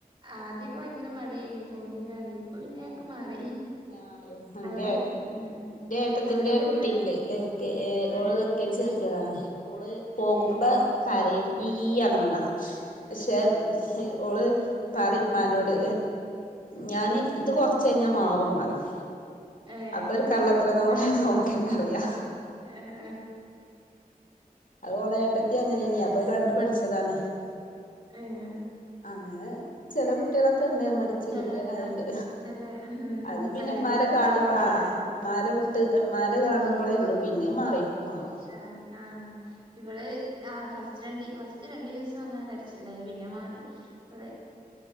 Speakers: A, on the right (about 30°); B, on the left (about 60°).
A: ആദ്യമൊക്കെ ഭയങ്കര മടിയയിനി പോണില്ല പറയും ഇപ്പൊ പിന്നെ
B: ആഹ്
A: ഒക്കെ മാറി
B: അറിയോ എന്റെ
A: അവിടെ ഉം
B: എന്റെ ഏട്ടത്തിന്റെ
A: അവിടൊക്കെ
B: ഒരു
A: എത്ര
B: കുട്ടിണ്ട് ഇതൊെ ഓള്
A: ഏഹ്
B: ഓള് പോകുമ്പോ
A: ഏഹ്
B: കരയും ഈ എന്നാ കൊണ്ടാ പക്ഷെ ഓള്
A: വരും
B: പറയും മാരോട് ഞാന് ഇത് കൊറച്ചു കഴിഞ്ഞ മാറും പറയും
A: ഏഹ്
B: അപ്പൊ ഒരു കള്ളത്തരം
A: ഞാൻ
B: <unintelligible> നോക്കന്ന അറിയാ
A: ഏഹ്
B: അത് ഓള് ഏട്ടത്തി അങ്ങനെ
A: ഏഹ്
B: തന്നെയാ അപ്പൊ കണ്ടു പഠിച്ച് താണ്
A: ഏഹ്
B: അങ്ങനെ ചില കുട്ടികള <unintelligible> കുട്ടികളണ്ട്
A: ചെല ആഹ് ചെല ഉം
B: അത് പിന്നെമാരെ
A: പെരേന്ന് വിട്ടു
B: കാണ
A: പോവാൻ മടിയില്ലോല്
B: ആഹ് ഇമ്മാരെ വിട്ട്
A: ആഹ്
B: ഇമ്മാരെ കാണുമ്പളേള്ളൂ പിന്നെ മാറി. മാറും
A: ആഹ് ആഹ് ഇവള് ആ ഫസ്റ്റ് രണ്ട് ഫസ്റ്റ് രണ്ട് വസം അങ്ങനെ കര ച്ചിലിണ്ടായി പിന്നെ മാറി. അതെ,